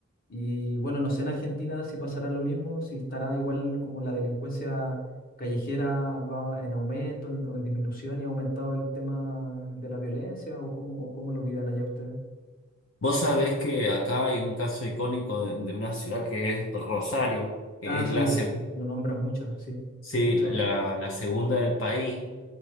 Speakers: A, on the left; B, on the left.
A: Y bueno, no sé en Argentina si pasará lo mismo, si estará igual como la delincuencia callejera va en aumento en- o en disminución y ha aumentado el tema de la violencia o cómo, o cómo lo viven allá ustedes.
B: Vos sabés que acá hay un caso icónico de, de una ciudad que es Rosario, que
A: Ah,
B: es
A: sí,
B: la segunda,
A: pues, lo nombran mucho, sí,
B: sí,
A: sí he escuchado.
B: la, la segunda del país.